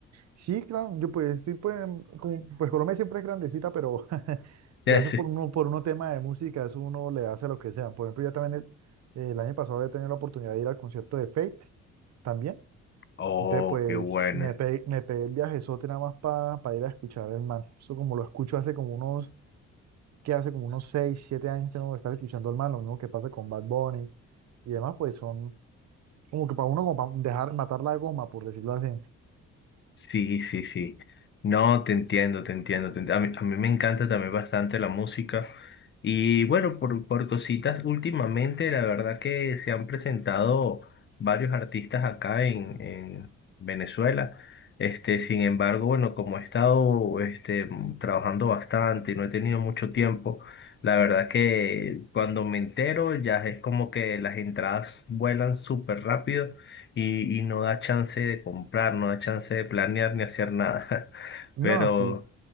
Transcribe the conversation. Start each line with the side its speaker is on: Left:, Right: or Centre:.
Right: Sí, claro, yo pues sí, pues, como- pues Colombia siempre es grandecita, pero <laughs>
Left: <laughs> Ya
Right: ya eso por uno, por uno tema de música, eso uno le hace lo que sea. Por ejemplo, ya también el, el año pasado he tenido la oportunidad de ir al concierto de Fate también.
Left: Oh,
Right: Entonces, pues
Left: qué bueno.
Right: me pegué, me pegué el viajezote nada más para ir a escuchar al man. Eso como lo escucho hace como unos, que hace como unos 6 7 años tengo que estar escuchando al man, lo mismo que pasa con Bad Bunny y demás, pues son como que para uno como para dejar matar la goma, por decirlo así.
Left: Sí, sí, sí. No, te entiendo, te entiendo. te ent- A mí, a mí me encanta también bastante la música. Y bueno, por, por cositas, últimamente la verdad que se han presentado varios artistas acá en, en Venezuela. Este, sin embargo, bueno, como he estado este, mm, trabajando bastante y no he tenido mucho tiempo, la verdad que cuando me entero ya es como que las entradas vuelan súper rápido y, y no da chance de comprar, no da chance de planear ni hacer nada. <laughs> Pero
Right: No, sí.